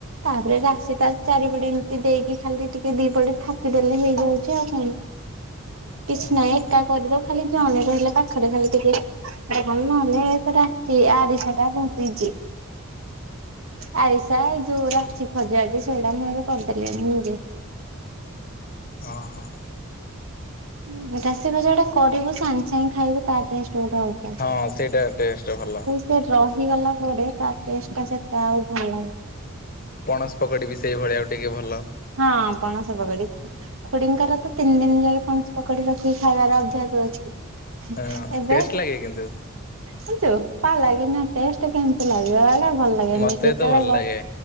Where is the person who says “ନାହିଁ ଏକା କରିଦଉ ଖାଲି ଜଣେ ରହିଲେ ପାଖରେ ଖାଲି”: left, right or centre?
Right